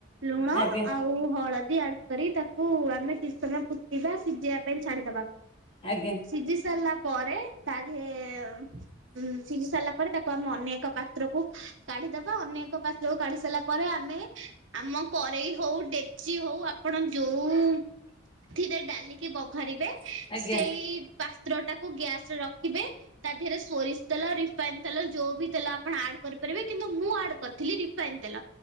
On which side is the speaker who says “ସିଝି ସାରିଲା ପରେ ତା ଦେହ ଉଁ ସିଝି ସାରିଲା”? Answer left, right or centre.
Right